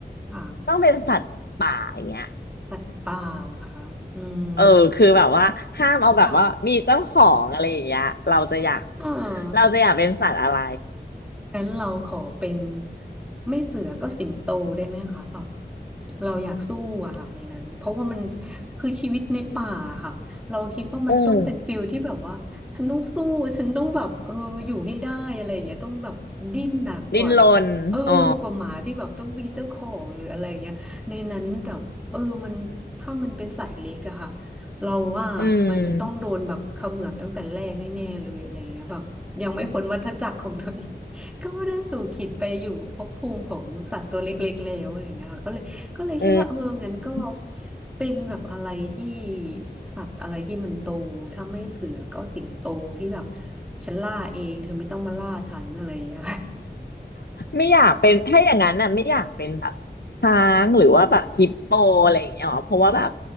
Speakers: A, in the centre; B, on the left.
A: ค่ะ
B: ต้องเป็นสัตว์ป่าอย่างเงี้ย
A: สัตว์ป่าเหรอคะอืม
B: เออคือแบบว่าห้ามเอาแบบว่ามีเจ้าของอะไรอย่างเงี้ยเราจะอยาก
A: ค่ะเออ
B: เราจะอยากเป็นสัตว์อะไร
A: งั้นเราขอเป็นไม่เสือก็สิงโตได้ไหมคะแบบเราอยากสู้อะค่ะในนั้นเพราะว่ามันคือชีวิตในป่าค่ะเราคิดว่ามันต้องเป็นฟิลที่แบบว่าฉันต้องสู้ฉันต้องแบบเอออยู่ให้ได้อะไรอย่างเงี้ยต้องแบบดิ้นหนักกว่าแบบเออกว่าหมาที่แบบต้องมีเจ้าของหรืออะไรเงี้ยในนั้นแบบเออมันถ้ามันเป็นสัตว์เล็กอะค่ะ
B: อืมดิ้นรนอ๋อ
A: เราว่ามันจะต้องโดนแบบเขมือบตั้งแต่แรกแน่ๆเลยอะไรอย่างเงี้ยแบบยังไม่พ้นวัฏจักรของตัวเอง
B: อืม
A: ก็ได้สู่ขิตไปอยู่ภพภูมิของสัตว์ตัวเล็กๆแล้วอะไรเงี้ยค่ะก็เลยก็เลยคิดว่าเอองั้นก็
B: อืม
A: เป็นแบบอะไรที่สัตว์อะไรที่มันโตถ้าไม่เสือก็สิงโตที่แบบฉันล่าเองเธอไม่ต้องมาล่าฉันอะไรอย่างเงี้ยค
B: ไม่อยากเป็นถ้าอย่างนั้นน่ะไม่อยากเป็นแบบช้างหรือว่าแบบฮิปโปอะไรอย่างเงี้ยหรอเพราะว่าแบบ